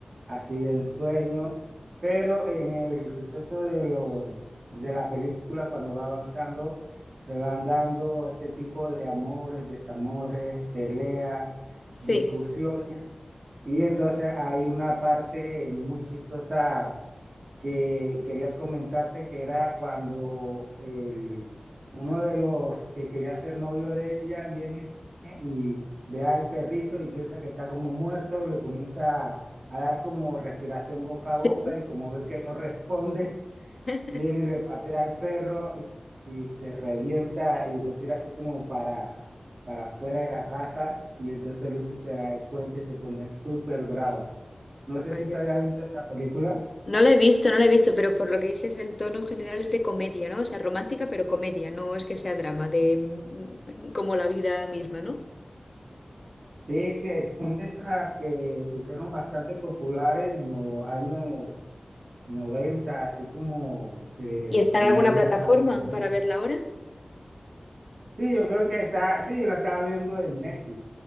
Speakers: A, on the right; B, on the left.
A: así de ensueño, pero en el suceso de lo, de la película, cuando va avanzando, se van dando este tipo de amores, desamores, peleas,
B: Sí,
A: discusiones, y entonces hay una parte muy chistosa que quería comentarte que era cuando el, uno de los que quería ser novio de ella viene y ve al perrito y piensa que está como muerto, le comienza a, a dar como respiración boca
B: sí.
A: a boca y como ve que no responde,
B: <laughs>
A: viene y le patea al perro y se revienta y lo tira así como para, para afuera de la casa y entonces Lucy se da cuenta y se pone súper brava. No sé
B: Vaya.
A: si te había visto esa película.
B: No la he visto, no la he visto, pero por lo que dices, el tono general es de comedia, ¿no? O sea, romántica, pero comedia, no es que sea drama, de mm, como la vida misma, ¿no?
A: Sí, sí, es- son de esas que se hicieron bastante populares en los años 90, así como eh,
B: ¿Y está
A: comedias
B: en alguna plataforma
A: románticas.
B: para verla ahora?
A: Sí, yo creo que está, sí, yo la estaba viendo en Netflix.